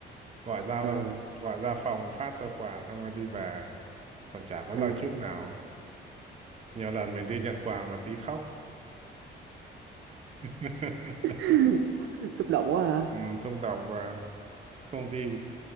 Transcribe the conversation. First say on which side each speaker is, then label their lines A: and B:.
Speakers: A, on the right; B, on the right.
A: gọi ra
B: Ờ,
A: văn- gọi ra phòng phát cho quà xong rồi đi về còn chả có
B: ờ.
A: lời chúc nào nhiều lần mình đi nhận quà mà tí khóc <laughs>
B: <laughs> xúc động quá ha
A: ừ, xúc động và công ty